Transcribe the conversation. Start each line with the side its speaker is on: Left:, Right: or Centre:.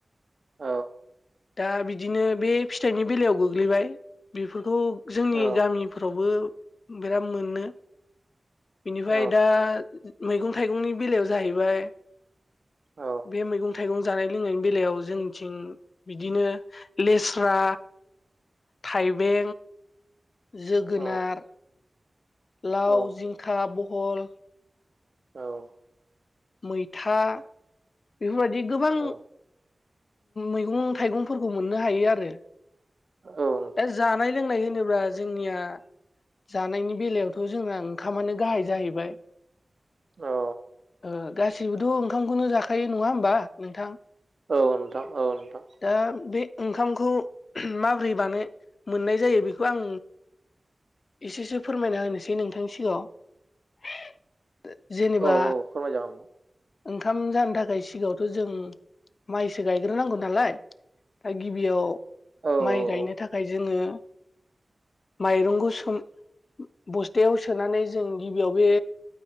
Right: औ
Left: दा बिदिनो बे फिथाइनि बेलायाव गोग्लैबाय बेफोरखौ जोंनि
Right: औ
Left: गामिफ्रावबो बिराद मोनो बेनिफाय
Right: औ
Left: दा मैगं थाइगंनि बेलायाव जाहैबाय
Right: औ
Left: बे मैगं थाइगं जानाय लोंनायनि बेलायाव जोंनिथिं बिदिनो लेस्रा थाइबें जोगोनार
Right: औ
Left: लाव
Right: औ
Left: जिंखा बहल
Right: औ।
Left: मैथा बेफोरबायदि गोबां
Right: औ
Left: मैगं थाइगंफोरखौ मोननो हायो आरो।
Right: नोंथां
Left: दा जानाय लोंनाय होनोब्ला जोंनिया जानायनि बेलायावथ' जोंना ओंखामानो गाहाय जाहैबाय।
Right: औ।
Left: ओ गासैबोथ' ओंखामखौनो जाखायो नङा होमबा नोंथां।
Right: औ नोंथां औ नोंथां
Left: दा बे ओंखामखौ माबोरै बानाय मोननाय जायो बेखो आं एसेसो फोरमायना होनोसै नोंथांनि सिगाङाव। जेनेबा
Right: औ औ फोरमायजागोन नोंथां
Left: ओंखाम जानो थाखाय सिगाङावथ' जों माइसो गायग्रोनांगौ नालाय दा गिबियाव
Right: औ
Left: माइ गायनो
Right: औ
Left: थाखाय जोङो माइरंखौ सोम बस्थायाव सोनानै जों गिबियाव बे